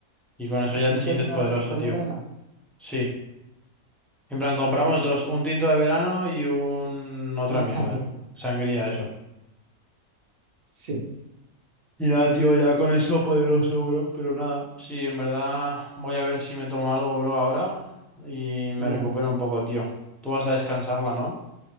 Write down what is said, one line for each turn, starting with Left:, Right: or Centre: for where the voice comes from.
Centre: y con eso
Right: El
Centre: ya
Right: tinto
Centre: te sientes
Right: de la
Centre: poderoso,
Right: de Marianela,
Centre: tío. Sí. En plan, compramos
Right: ya ves.
Centre: dos, un tinto de verano y un... otra
Right: Ah,
Centre: mierda.
Right: sangría.
Centre: Sangría, eso.
Right: Sí.
Centre: Y nada, tío, ya con eso
Right: Ah,
Centre: poderoso, bro, pero nada. Sí, en verdad voy a ver si me tomo algo, bro, ahora y me
Right: ya.
Centre: recupero un poco, tío. Tú vas a descansarla, ¿no?